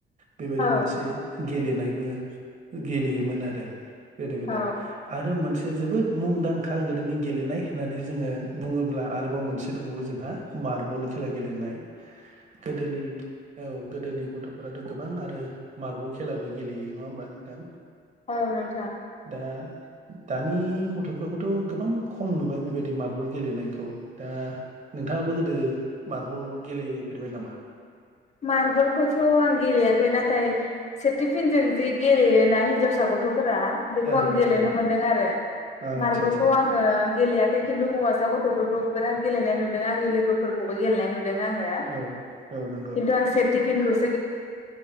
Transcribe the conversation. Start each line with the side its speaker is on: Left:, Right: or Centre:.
Right: बेबायदि
Left: औ
Right: मोनसे गेलेनायबो गेलेयोमोन आरो। गोदो-गोदाय
Left: औ
Right: आरो मोनसे। जोबोद मुंदांखा गोदोनि गेलेनाय होननानै जोङो बुङोब्ला आरोबाव मोनसे दंबावो जोंहा। मारबल खेला गेलेनाय गोदोनि औ गोदोनि गथ'। फोराथ' गोबां आरो मार्बल खेलाबो गेलेयो नङा होमबा नोंथां।
Left: औ नोंथा।
Right: दा दानि गथ'फोरखौथ' गोबां खम नुबाय बेबायदि मार्बल गेलेनायखौ। दा नोंथाङाबो गोदो। मार्बल गेलेफेरबाय नामा
Left: मार्बल खौथ' आं गेलेया नाथाय सेेथिफिनजों जे गेलेयो ना हिनजावसा गथ' फोरा बेखौ
Right: औ
Left: आं गेलेनो
Right: औ औ
Left: मोन्दों आरो।
Right: आदसा
Left: मार्बलखौ
Right: आदसा
Left: आङो गेलेयाखै खिन्थु हौवासा गथ'फोरखौ। बिराद गेलेनाय नुदों आंनि लोगोफोरखौबो गेलेनाय नु दों आङो
Right: औ औ नंगौ
Left: किन्थु आं सेथिफिनखौ सो